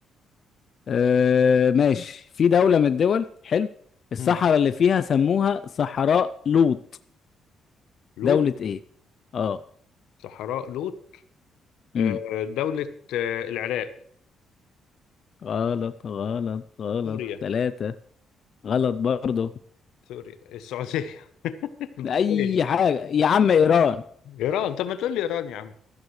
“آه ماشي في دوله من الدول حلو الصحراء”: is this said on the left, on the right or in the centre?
Left